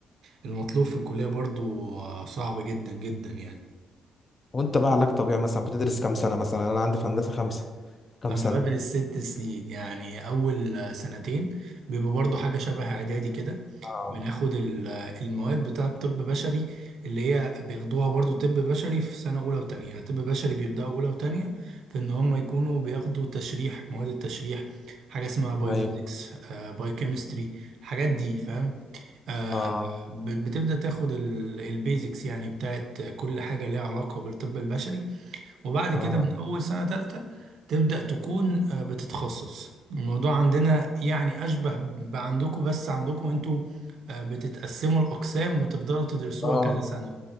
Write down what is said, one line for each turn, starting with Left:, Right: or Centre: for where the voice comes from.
Right: والمطلوب في الكلية برضو آه، صعب جدا جدا يعني
Left: وأنت بقى علاج طبيعي مثلا بتدرس كام سنة مثلا أنا عندي في هندسة خمسة كام
Right: انا
Left: سنة
Right: بدرس ست سنين يعني اول سنتين بيبقى برضو حاجه شبه اعدادي كده
Left: اه
Right: بناخد ال- المواد بتاعه طب بشري اللي هي بياخدوها برضو طب بشري في سنه اولى وتانية يعني طب بشري بيبداوا اولى وتانية في ان هم يكونوا بياخدوا تشريح مواد التشريح حاجه اسمها باي
Left: ايوه
Right: فيزيكس باي كيمستري الحاجات دي فاهم آه،
Left: اه
Right: ب- بتبدا تاخد البيزكس يعني بتاعه كل حاجه ليها علاقه بالطب البشري وبعد كده
Left: اه
Right: من أول سنة تالتة تبدأ تكون آه، بتتخصص الموضوع عندنا يعني أشبه بعندكم بس عندكم أنتوا آه، بتتقسموا الأقسام وتفضلوا تدرسوها
Left: اه
Right: كذا سنة